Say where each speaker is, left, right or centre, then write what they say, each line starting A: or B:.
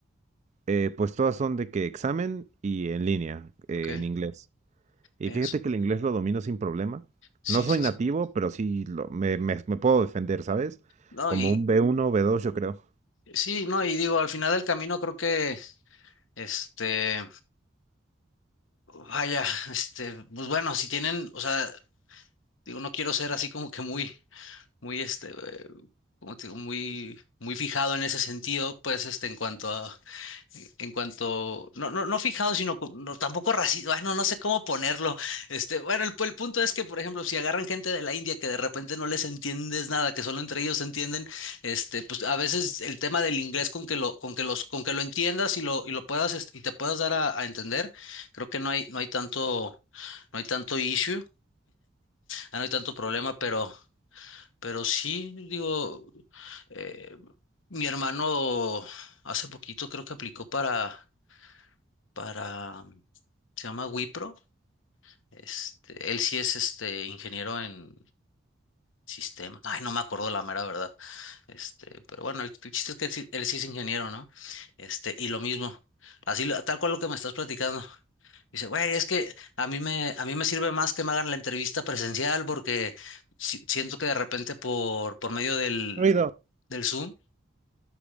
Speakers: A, on the right; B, on the left.
A: Eh, pues todas son de que examen y en línea, eh,
B: Ok,
A: en inglés. Y
B: eso.
A: fíjate que el inglés lo domino sin problema.
B: Sí,
A: No soy
B: sí,
A: nativo,
B: sí.
A: pero sí lo- me, me- me puedo defender, ¿sabes?
B: No,
A: Como
B: y
A: un B1, B2, yo creo.
B: sí, no, y digo, al final del camino creo que, este, vaya, este, pues bueno, si tienen, o sea, digo, no quiero ser así como que muy, muy, este, eh, como te digo, muy, muy fijado en ese sentido, pues, este, en cuanto a en cuanto, no, no, no fijado, sino co- no, tampoco racista, no no sé cómo ponerlo. Este, bueno, el, pu- el punto es que, por ejemplo, si agarran gente de la India que de repente no les entiendes nada, que solo entre ellos se entienden, este, pues a veces el tema del inglés con que lo, con que los, con que lo entiendas y lo, y lo puedas, este, y te puedas dar a, a entender, creo que no hay, no hay tanto, no hay tanto issue, ah, no hay tanto problema, pero, pero sí, digo, eh, mi hermano hace poquito creo que aplicó para para, se llama Wipro, este, él sí es este ingeniero en sistemas, ay, no me acuerdo la mera verdad, este, pero bueno, el, el chiste es que sí- él sí es ingeniero, ¿no? Este, y lo mismo, así, lo- tal cual lo que me estás platicando. Dice, güey, es que a mí me, a mí me sirve más que me hagan la entrevista presencial porque si- siento que de repente por, por medio del,
A: Ruido.
B: del Zoom,